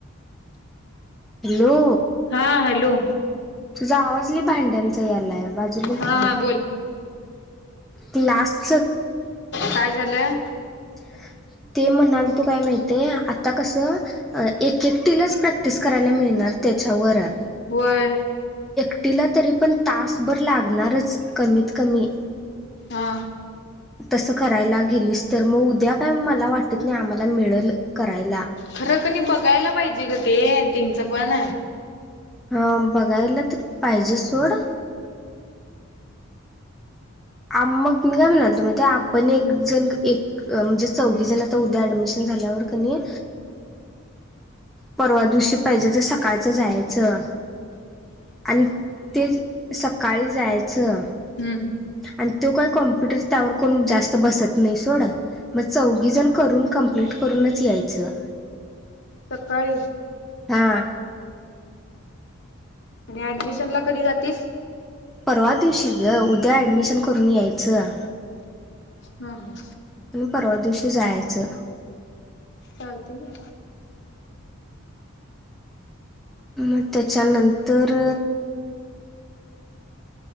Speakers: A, in the centre; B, on the left.
A: हॅलो
B: हा हॅलो
A: तुझा आवाज ल भांड्यांचा यालाय बाजूला ए
B: हा
A: की
B: हा
A: जरा
B: बोल
A: लास्
B: काय झालंय
A: ह ते म्हणाला तू काय माहय आता कसं एक एकटीलाच प्रॅक्टिस करायला मिळणार अारते च वरा
B: होय
A: सुटीला तरी पण तासभर लागणारच कमीत कमी
B: हा
A: तसं करायला गेलीस तर मग उद्या काय मला वाटत नाही आम्हाला मिळेल करायला
B: खरं कणी बघायला पाहिजे ग ते तेच पण
A: हा बघायला तर पाहिजे सोड मग मी काय म्हणाल तो माहित आहे. आपण एक जण एक म्हणजे चौघे जण आता उद्या ऍडमिशन झाल्यावर कनई परवा दिवशी पाहिजे तर सकाळचं जायचं आणि ते सकाळी जायचं
B: हम्म
A: आणि तो काय कॉम्प्युटर त्यावर कोण जास्त बसत नाही सोड मग चौघी जण करून कंप्लीट करूनच यायचं
B: सकाळी
A: हा
B: आणि ऍडमिशन ला कधी जातीस
A: परवा दिवशीील ग उद्या ऍडमिशन करून यायचं
B: हम् हम
A: परवा दिवशी जायचं
B: चालते का
A: मग त्याच्यानंतर